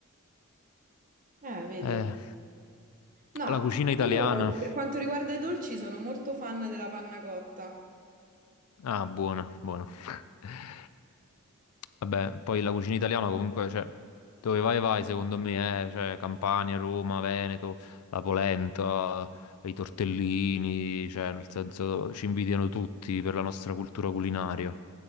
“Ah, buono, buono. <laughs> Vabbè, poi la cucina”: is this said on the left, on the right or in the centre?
Left